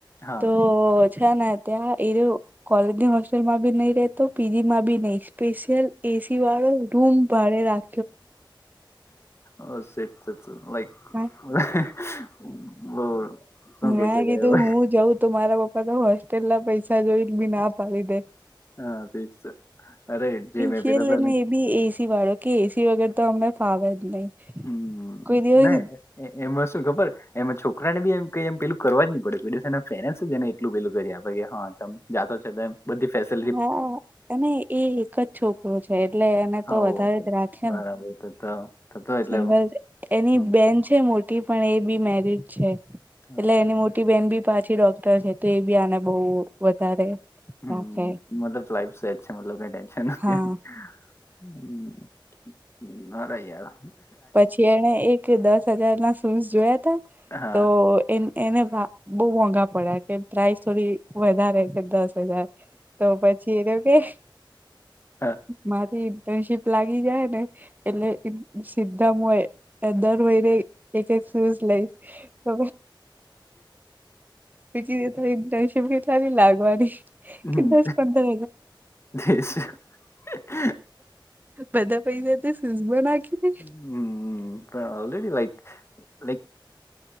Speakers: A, on the left; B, on the right.
A: હા
B: તો ઓહ ચનત્યા એ કોલેજની હોસ્ટેલમાં બી નહી રહેતો પીજી માં બી નઈ સ્પેશિયલ એસી વાળો રૂમ ભડે રાખે
A: વા સટ લાઈક
B: હમ <inaudible>
A: <inaudible>
B: મેં
A: શકાય
B: કીધું
A: હવે
B: હું જઉં તોું મારા પપ્પા તો હોસ્ટેલ ના પૈ જોઈ બી ના પાડી દે
A: હા તે જ છે. અરે જે મેં
B: ખને
A: પેલા તને
B: બી એસી વાળો કે એસી વગેર તો અમને ફાવે જ નહી.
A: હમ
B: કોઈ દિવસ
A: નહી એમાં શું ખબર એમાં છોકરા ને બી એ ક એમ પેલું કરવા જ નહી પડ્યુંના પેરેન્ટસ જને એટલું પેલું કરી આપે હમ જાતો છે તેમમ બધી ફેસ
B: હા અને એ એક જ છોકરો છે એટલે એને તો
A: આવો
B: વધારે
A: તો
B: જ રાખે ને
A: <inaudible>
B: સિંગલ એની
A: હમ
B: બેન છે મોટી પણ એ બી મેરજ છે. એટલે
A: ઓકે
B: એની મોટી બેહેન બી પાછી ડોક્ટર જ હતી એ બી આને બહુ વધારે
A: હમ
B: રાખે
A: મતલબ લાઈફ અચછતલબ કઈ ટેન્શન નથી.
B: હા
A: હમ મરાયા
B: પછી એને એક દસ હજાર ના શૂઝ જોયા ત
A: હા
B: તો એ એને બહુ મોંઘા પડ્યા કે પ્રાઇસ થોડી વધારે છે દસ હજાર તો પછી એ તો કે
A: હા
B: મારી ઇન્ટર્નશીપ લાગી જાય ને એટલે સીધામ હોય એ દર વયને એક એક શુંઝ લઈશ તો બીજી ઇન્ટરસિપ ક્યારે લાગવાની
A: હમ
B: કે દસ પંદર
A: તે <unintelligible>
B: બધા પૈસા તો સુઝમાં નાખીદે
A: હમ પણ ઓલરેડી રાઈટ. <unintelligible>